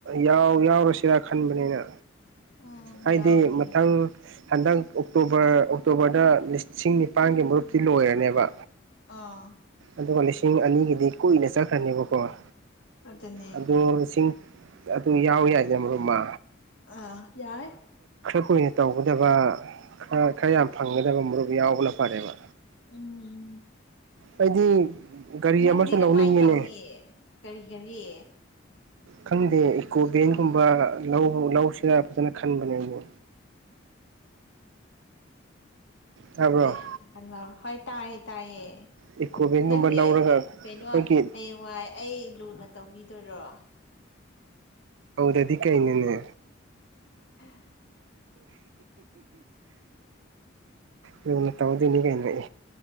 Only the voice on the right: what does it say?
ꯌꯥꯎ ꯌꯥꯎꯔꯁꯤꯔꯥ ꯈꯟꯕꯅꯤꯅ
ꯍꯥꯏꯗꯤ
ꯃꯊꯪ
ꯍꯟꯗꯛ ꯑꯣꯛꯇꯣꯕꯔ ꯑꯣꯛꯇꯣꯕꯔꯗ ꯂꯤꯁꯤꯡ ꯅꯤꯄꯜꯒꯤ ꯃꯔꯨꯛꯇꯇꯤ ꯂꯣꯏꯔꯅꯦꯕ
ꯑꯗꯨꯒ ꯂꯤꯁꯤꯡ ꯑꯅꯤꯒꯤꯗꯤ ꯀꯨꯏꯅ ꯆꯠꯈ꯭ꯔꯅꯦꯕꯀꯣ ꯑ
ꯑꯗꯨꯗꯣ
ꯂꯤꯁꯤꯡ ꯑꯗꯨ ꯌꯥꯎꯏꯤ ꯍꯥꯏꯁꯦ ꯑꯃꯨꯞꯃ
ꯀꯨꯏꯅ ꯇꯧꯒꯗꯕ ꯈꯔ ꯈꯔ ꯌꯥꯝ ꯐꯪꯒꯗꯕ ꯃꯔꯨꯞ ꯌꯥꯎꯕꯅ ꯐꯔꯦꯕ
ꯑꯩꯗꯤ ꯒꯥꯔꯤ
ꯑꯃꯁꯨ
ꯂꯧꯅꯤꯡꯉꯤꯅꯦ
ꯈꯪꯗꯦ ꯏꯀꯣ ꯚꯦꯟꯒꯨꯝꯕ
ꯂꯧꯁꯤꯗ ꯐꯖꯅ ꯈꯟꯕꯅꯦ ꯑꯅꯦ
ꯇꯥꯕ꯭ꯔꯣ
ꯏꯀꯣ ꯚꯦꯟꯒꯨꯝꯕ
ꯂꯧꯔꯒ ꯑꯩꯈꯣꯏꯒꯤ
ꯍꯧꯗꯗꯤ ꯀꯥꯏꯩꯅꯅꯦ
ꯑ ꯌꯟꯅ ꯇꯧꯗꯅꯤ ꯀꯅ